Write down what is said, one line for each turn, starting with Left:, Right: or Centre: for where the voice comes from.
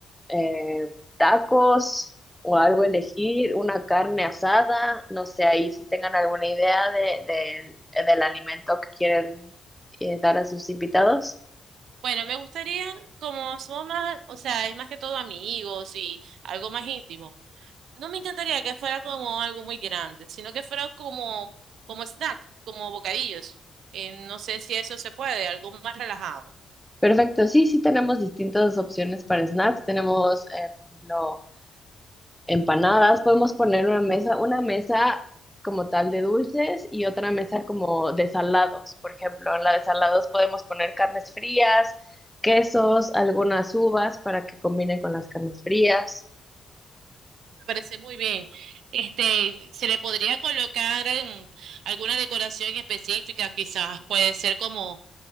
Centre: eh, tacos o algo elegir, una carne asada, no sé, ahí si tengan alguna idea de, de- eh, del alimento que quieren eh, dar a sus invitados.
Right: Bueno, me gustaría, como somos más, o sea, es más que todo amigos y algo más íntimo. No me encantaría que fuera como algo muy grande, sino que fuera como, como snack, como bocadillos. Eh, no sé si eso se puede, algo más relajado.
Centre: Perfecto, sí, sí tenemos distintas opciones para snacks. Tenemos, eh, por ejemplo, empanadas, podemos poner una mesa, una mesa como tal de dulces y otra mesa como de salados. Por ejemplo, en la de salados podemos poner carnes frías, quesos, algunas uvas para que combinen con las carnes frías.
Right: Me Parece muy bien. Este, se le podría colocar em, alguna decoración específica, quizás puede ser como,